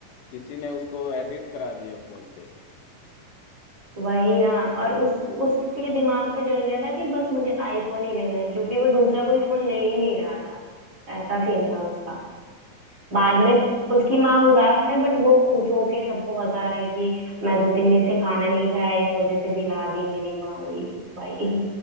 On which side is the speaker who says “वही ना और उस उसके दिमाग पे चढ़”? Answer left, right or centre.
Right